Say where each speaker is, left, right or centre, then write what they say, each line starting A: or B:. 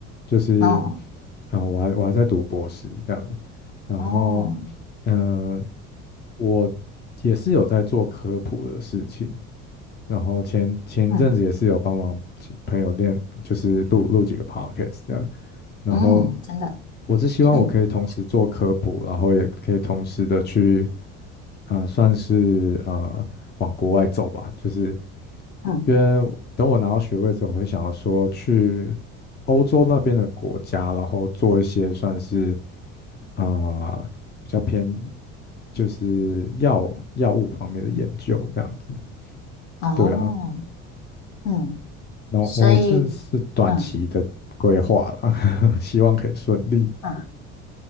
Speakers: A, on the left (about 25°); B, on the left (about 65°).
A: 就是
B: 哦，
A: 啊、呃我还我还在读博士这样子，然后
B: 哦，
A: 嗯、呃我也是有在做科普的事情，然后前前一阵子也是有帮忙几朋友练，
B: 嗯
A: 就是录录几个 podcast 这样，然后
B: 嗯，真的，
A: 我是希望我可以同时做科普，
B: <clears throat>
A: 然后也可以同时的去啊、呃算是啊、呃往国外走吧，就是
B: 嗯
A: 因为等我拿到学位之后，我会想要说去欧洲那边的国家，然后做一些算是啊、呃比较偏医就是药药物方面的研究这样子。
B: 嗯，哦，
A: 对啊，
B: 嗯，
A: 然后这是短期的规划啦，
B: 所以，嗯
A: <laughs> 希望可以顺利。
B: 嗯，